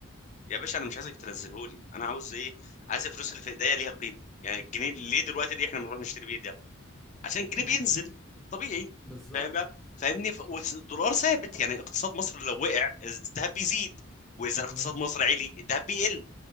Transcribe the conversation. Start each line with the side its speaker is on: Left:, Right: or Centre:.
Left: يا باشا انا مش عايزك تنزله لي انا عاوز ايه عايز الفلوس اللي في ايديا ليها قيمه يعني الجنيه ليه دلوقتي دي احنا بنروح نشتري بيه دي عشان الجنيه
Centre: امم
Left: بينزل طبيعي
Centre: بالظبط
Left: فاهم بقى؟ فاهمني ف- والدولار ثابت يعني اقتصاد مصر لو وقع الذهب بيزيد واذا اقتصاد
Centre: امم
Left: مصر عالي الذهب بيقل